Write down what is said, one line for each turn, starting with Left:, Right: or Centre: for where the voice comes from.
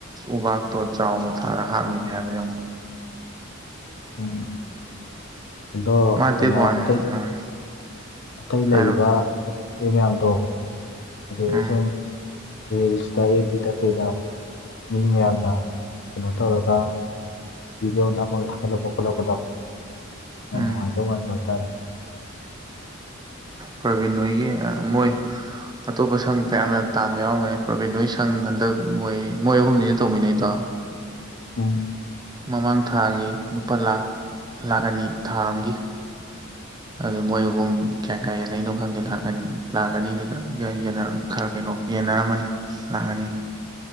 Right: ꯎꯕꯥꯛꯇꯣ ꯆꯥꯎꯅ ꯊꯥꯔꯒ ꯍꯥꯞꯅꯤꯒ ꯍꯥꯏꯕꯅꯤ
Left: ꯎꯝ ꯑꯗꯣ
Right: ꯃꯥ
Left: ꯀꯩꯅꯣ
Right: ꯗꯦꯠ ꯋꯥꯟ
Left: ꯑꯇꯩ ꯑꯇꯩ
Right: ꯑꯥ
Left: ꯑꯇꯩ ꯂꯩꯔꯤꯕ
Right: ꯍꯥꯏꯔꯛꯑꯣ
Left: ꯍꯣꯝ ꯇ꯭ꯁꯦ ꯃꯌꯥꯝꯗꯣ ꯑꯗꯨꯒ
Right: ꯎꯝ
Left: ꯁꯨꯝ ꯔꯤꯜꯁꯇ ꯑꯦꯞꯕꯤꯗ ꯀꯩꯗ꯫ ꯃꯤ ꯃꯌꯥꯝꯅ ꯀꯩꯅꯣ ꯇꯧꯔꯒ꯫ ꯕꯤꯗꯤꯑꯣ ꯅꯝꯃꯒ ꯊꯥꯒꯠꯂꯛꯄ ꯈꯣꯠꯂꯛꯄꯗꯣ ꯌꯥꯝ
Right: ꯎꯝ
Left: ꯅꯨꯡꯉꯥꯏꯗꯧꯕ ꯃꯥꯟꯕ ꯍꯥꯏꯇꯥꯔꯦ꯫
Right: ꯄ꯭ꯔꯕꯤꯟ ꯍꯣꯏꯒꯤ ꯑ ꯃꯣꯏ ꯑꯇꯣꯞꯄ ꯁꯪ ꯀꯌꯥꯝ ꯃꯌꯥꯝ ꯇꯥꯟꯕ ꯌꯥꯎꯔꯝꯒꯅꯤ ꯄ꯭ꯔꯕꯤꯟ ꯅꯣꯏ ꯁꯪ ꯍꯟꯗꯛ ꯃꯣꯏ ꯃꯣꯏ ꯑꯍꯨꯝꯅꯤꯅ ꯇꯧꯃꯤꯟꯅꯩꯗꯣ꯫
Left: ꯎꯝ ꯫
Right: ꯃꯃꯥꯡ ꯊꯥꯒꯤ ꯂꯨꯄꯥ ꯂꯥꯛ ꯂꯥꯛ ꯑꯅꯤ ꯊꯥ ꯑꯃꯒꯤ꯫ ꯑꯗꯨ ꯃꯣꯏ ꯑꯍꯨꯝ ꯀꯌꯥ ꯀꯌꯥ ꯌꯥꯟꯅꯩꯅꯣ ꯈꯪꯗꯦ ꯂꯥꯛ ꯑꯅꯤ ꯂꯥꯛꯅꯤꯗꯨꯗ <unintelligible> ꯈꯔ ꯀꯩꯅꯣ꯫ ꯌꯦꯟꯅꯔꯝꯃꯅꯤ ꯂꯥꯛꯑꯅꯤ